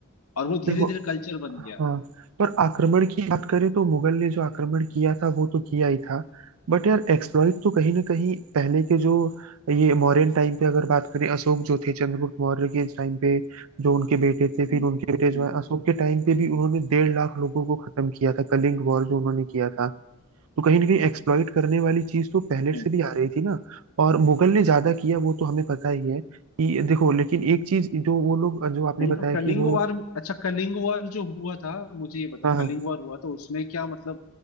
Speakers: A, on the left; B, on the right.
A: और वो धीरे
B: देखो
A: धीरे कल्चर बन गया
B: हाँ पर आक्रमण की बात करें तो मुगल ने जो आक्रमण किया था वो तो किया ही था बट यार एक्सप्लॉइट तो कहीं ना कहीं पहले के जो ये मौर्यन टाइम पे अगर बात करें अशोक जो थे चंद्रगुप्त मौर्य के टाइम पे जो उनके बेटे थे फिर
A: हम्म
B: उनके बेटे जो
A: हम्म,
B: है अशोक के टाइम पे भी उन्होंने डेढ़ लाख लोगों को खत्म किया था कलिंग वॉर जो उन्होंने किया था तो कहीं ना कहीं एक्सप्लॉइट करने वाली चीज तो पहले
A: हम्म।
B: से भी आ रही थी ना और मुगल ने ज्यादा किया वो तो हमें पता ही है कि देखो लेकिन एक चीज जो वो लोग जो आपने
A: नहीं
B: बताया
A: तो कलिंग
B: कि वो
A: वार अच्छा कलिंग वार जो हुआ था मुझे ये बताओ
B: हाँ हाँ,
A: कलिंग वार हुआ तो उसमें क्या मतलब